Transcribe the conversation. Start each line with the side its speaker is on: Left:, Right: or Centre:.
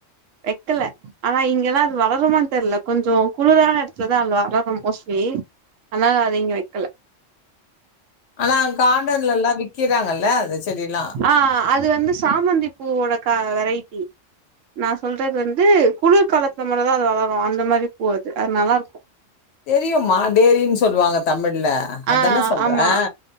Right: வெக்கல ஆனா இங்கெல்லா அது வளருமானு தெர்ல கொஞ்ச குளுறான எடத்துலதா அது வளரு மோஸ்ட்லி அதனால அத இங்க வைக்கல
Left: ஆனா கார்டன்ல எல்லா வி்க்கிறாங்கல்ல அந்த செடில்லா
Right: ஆ அது வந்து சாமந்தி பூவோட க வெரைட்டி நா சொல்றது வந்து குளிர்காலத்துல மட்டுதா அது வளரு அந்த மாரி பூ அது அது நல்லாருக்கு
Left: தெரியும்மா டேரின்னு சொல்லுவாங்க தமிழ்ல அதானே
Right: ஆ
Left: சொல்றேன்.
Right: ஆமா